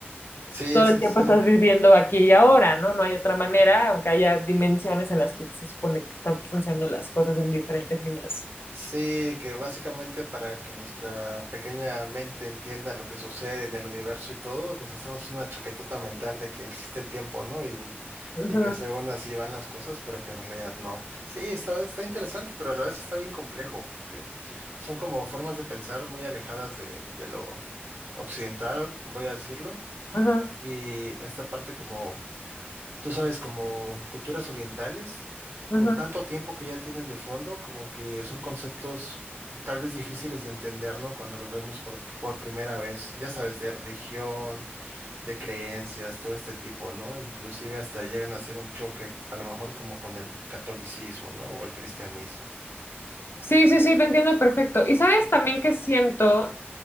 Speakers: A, on the right; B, on the left.
A: Sí,
B: todo
A: ese
B: el
A: es,
B: tiempo estás viviendo aquí y ahora, ¿no? No hay otra manera, aunque haya dimensiones en las que se supone que están funcionando las cosas en diferentes líneas.
A: Sí, que básicamente para que nuestra pequeña mente entienda lo que sucede en el universo y todo, nos hacemos una chaquetota mental de que existe el tiempo, ¿no? Y,
B: Ujú,
A: y que según así van las cosas, pero que en realidad no. Sí, está, está interesante, pero a la vez está bien complejo, porque son como formas de pensar muy alejadas de, de lo occidental, voy a decirlo,
B: ujú,
A: y esta parte como tú sabes, como culturas orientales,
B: ujú.
A: por tanto tiempo que ya tienen de fondo, como que son conceptos tal vez difíciles de entender, ¿no? Cuando los vemos por, por primera vez, ya sabes, de religión, de creencias, todo este tipo, ¿no? Inclusive hasta llegan a ser un choque, a lo mejor como con el catolicismo, ¿no? O el cristianismo.
B: Sí, sí, sí, te entiendo perfecto. Y sabes también que siento